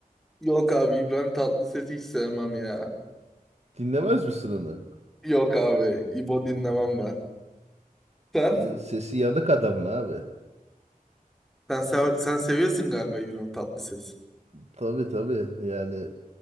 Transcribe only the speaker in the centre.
Yok abi İbrahim Tatlıses'i hiç sevmem ya.
Yok abi İbo dinlemem ben. Sen?
Sen, sev- sen seviyorsun galiba İbrahim Tatlıses.